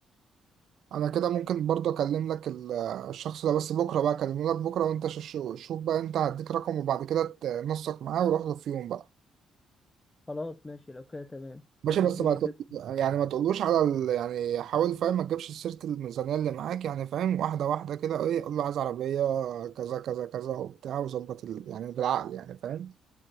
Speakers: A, on the right; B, on the left.
A: انا كده ممكن برضه اكلم لك ال- آه، الشخص ده بس بكره بقى اكلمه لك بكره وانت ش- ش- شوف بقى انت هديك رقم وبعد كده تنسق معاه وروح له في يوم بقى
B: خلاص ماشي لو كده تمام
A: باشا
B: شوف
A: بس
B: الدنيا
A: ما تق-
B: كده
A: يعني ما تقولوش على ال... آه، يعني حاول فاهم ما تجيبش سيرة الميزانية اللي معاك يعني فاهم واحدة واحدة كده ايه قول له عايز عربية كذا كذا كذا وبتاع وظبط ال... يعني بالعقل يعني فاهم